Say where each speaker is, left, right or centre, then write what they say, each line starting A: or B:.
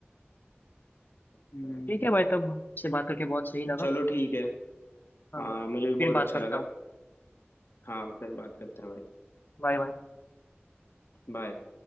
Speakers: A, on the left (about 65°); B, on the left (about 45°).
A: हम्म
B: ठीक है भाई तब से बात करके बहुत सही लगा
A: चलो ठीक है
B: हाँ
A: हाँ
B: भाई
A: मुझे भी बहुत
B: फिर बात
A: अच्छा
B: करता
A: लगा
B: हूँ
A: हाँ फिर बात करते हैं भाई
B: Bye bye
A: बाय